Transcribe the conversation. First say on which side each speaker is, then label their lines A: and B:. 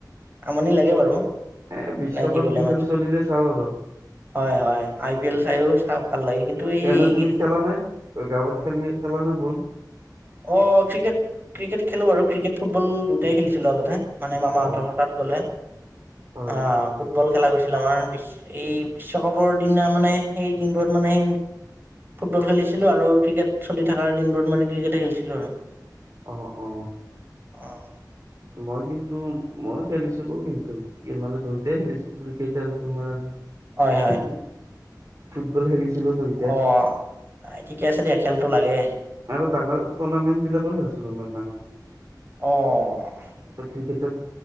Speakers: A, on the right (about 30°); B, on the right (about 50°).
A: আমনি লাগে বাৰু
B: এ বিশ্বকাপ
A: মানে দীঘলীয়া
B: কিখেল
A: মেটছ
B: চলিলে চোৱা বাৰু
A: হয় হয় আই পি এল চাইও চা ভাল লাগে কিন্তু এই
B: এ নাই তুমি খেলা নাই গাঁৱত খেলি খেলা নাই বহুত
A: অঁ, ক্ৰিকেট ক্ৰিকেট খেলো বাৰু ক্ৰিকেট, ফুটবল দুটাই খেলিছিলো আগতে মানে মামাহঁতৰ
B: হয়
A: তাত গ'লে
B: হয়
A: অঁ ফুটবল খেলা গৈছিল আমাৰ বিশ এই বিশ্বকাপৰ দিনা মানে সেই দিনবোৰত মানে ফুটবল খেলিছিলোঁ আৰু ক্ৰিকেট চলি থকাৰ দিনবোৰত মানে ক্ৰিকেটে খেলিছিলোঁ আৰু
B: অঁ অঁ
A: অহ
B: মই কিন্তু মই খেলিছিলো কিন্তু মানে দুইটাই খেলিছিলো ক্ৰিকেট আৰু তোমাৰ
A: হয়, হয়
B: উম ফুটবল খেলিছিলো দুই
A: অঁ ঠিকে আছে দিয়া খেলটো লাগে
B: আৰু ডাঙৰ টুৰ্ণামেণ্ট বিলাকো খেলিছিলো মই ডাঙৰ
A: অঁ
B: ক্ৰিকেটত